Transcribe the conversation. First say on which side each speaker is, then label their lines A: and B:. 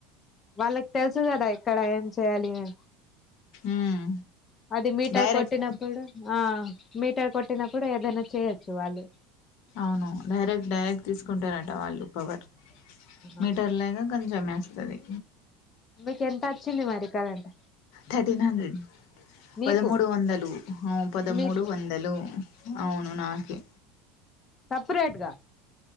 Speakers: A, on the left; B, on the left.
A: వాళ్ళకి తెలుసు కదా ఎక్కడ ఏం చేయ్యాలి అని
B: ఉమ్,
A: అది మీటర్
B: డైరెక్ట్
A: కొట్టినప్పుడ ఆ మీటర్ కొట్టినపుడు ఏదైనా చేయొచ్చు వాళ్ళు
B: అవును డైరెక్ట్ డైరెక్ట్ తీసుకుంటారంట వాళ్ళు పవర్ మీటర్లగ
A: ఆ
B: కొంచం మేస్తది
A: మీకు ఎంత వచ్చింది మరి కరెంట్
B: థర్టీన్ హండ్రెడ్
A: మీకు
B: పదమూడు వందలు హ పదమూడు
A: మీకు
B: వందలు అవును నాకే
A: సెపరేట్గా